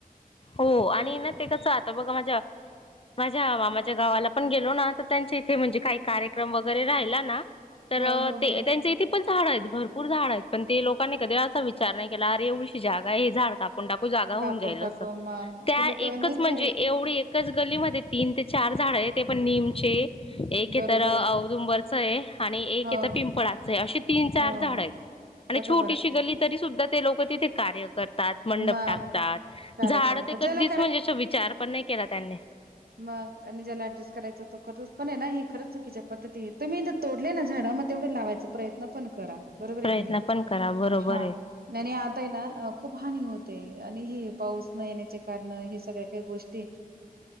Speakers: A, on the left; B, on the right.
A: हो आणि ना ते कसं आजोळ्याच्या माझ्या. माझ्या मामाच्या गावाला पण गेलो ना तर त्यांच्या इथे म्हणजे काही कार्यक्रम वगैरे राहिला ना. तर
B: हो, हो,
A: ते
B: हो.
A: त्यांच इथे पण झाड आहेत भरपूर झाड आहेत पण ते लोकांनी कधी असा विचार नाही केला अर एवढीशी जागा आहे हे झाड काप कापून टाकु जागा होऊन
B: कापून
A: जाईल
B: टाकू
A: असं
B: मग
A: त्या
B: ते लोक
A: एकच
B: नाहीच
A: म्हणजे
B: आहेत
A: एवढी एक एकच गलीमध्ये तीन ते चार झाड आहेत ते पण नीमचे. एक
B: बरोबर
A: तर अ
B: आहे
A: औदुंबरचं आहे आणि एक
B: हो
A: य तर पिंपळाचं आहे अशी तीन चार
B: हो
A: झाडं आहेत. आणि
B: बघा
A: छोटीशी
B: बरं
A: गल्ली तरी सुद्धा ते लोक तिथे कार्य करतात. मंडप
B: मग
A: टाकतात,
B: कार्यक्रम
A: झाड ते
B: का ज्याला
A: कधीच म्हणजे असा विचार पण नही केला त्यांनी.
B: म आणि ज्याला ऍडजस्ट करायच तो, करतो. पण ना हे खरं चुकीच्या पद्धती ये, तुम्ही ज तोडले ना झाडं, म तेवढे लावायचा प्रयत्न पण करा, बरोबर
A: प्रयत्न
B: आहे की नाही?
A: पण करा बरोबर
B: हां.
A: आहे
B: नहीं नही आता ये ना, खूप. हानी होते आणि हे पाऊस न येण्याचे कारण, हे सगळ्या काही गोष्टी